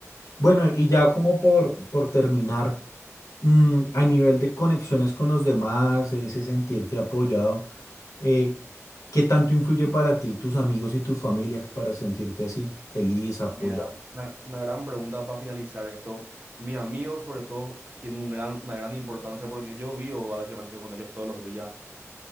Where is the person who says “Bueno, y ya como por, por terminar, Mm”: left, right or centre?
Left